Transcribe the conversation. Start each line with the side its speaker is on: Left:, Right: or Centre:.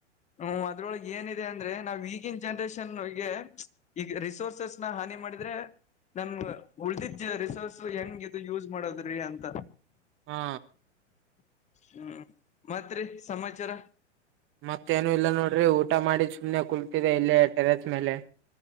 Left: ಹ್ಮ ಅದ್ರೊಳಗೆ ಏನಿದೆ ಅಂದ್ರೆ ನಾವ್ ಈಗನ್ ಜನ್ರೇಷನ್ಗೆ ಈಗ ರಿಸೋರ್ಸಸ್ ನ ಹಾನಿ ಮಾಡಿದ್ರೆ ನಮ ಉಳ್ದಿದ್ದ ರಿಸೋರ್ಸ್ ಹೆಂಗ್ ಇದು ಯೂಸ್ ಮಾಡೋದ್ರಿ ಅಂತ
Right: ಹಾ
Left: ಹ್ಮ್ ಮತ್ರಿ ರಿ ಸಮಾಚಾರ
Right: ಮತ್ತೇನು ಇಲ್ಲ ನೋಡ್ರಿ ಊಟ ಮಾಡಿ ಸುಮ್ನೆ ಕುಲ್ತಿದೆ ಇಲ್ಲಿ ಟೆರೆಸ್ ಮೇಲೆ